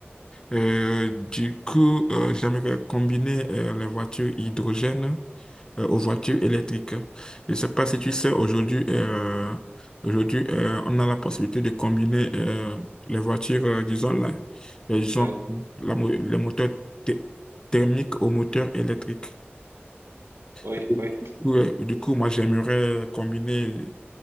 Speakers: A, on the left (about 20°); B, on the right (about 85°).
A: Euh, du coup, euh, j'aimerais combiner euh, les voitures hydrogène euh, aux voitures électriques. Je ne sais pas si tu sais, aujourd'hui, euh, aujourd'hui euh, on a la possibilité de combiner euh, les voitures, euh, disons, la, les, gens-
B: Ouais,
A: la mo- les moteurs thé- thermiques aux moteurs électriques.
B: oui,
A: Et Du coup,
B: oui.
A: euh, du coup, moi, j'aimerais combiner